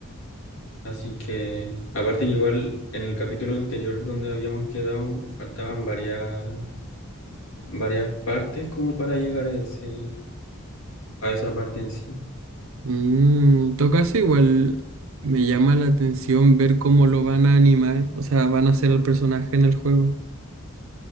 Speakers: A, on the left; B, on the right.
A: Así que, aparte que igual en el capítulo anterior donde habíamos quedado, faltaban varias, varias partes como para llegar a ese, a esa parte en sí.
B: Mm, en todo caso, igual me llama la atención ver cómo lo van a animar, o sea, van a hacer al personaje en el juego.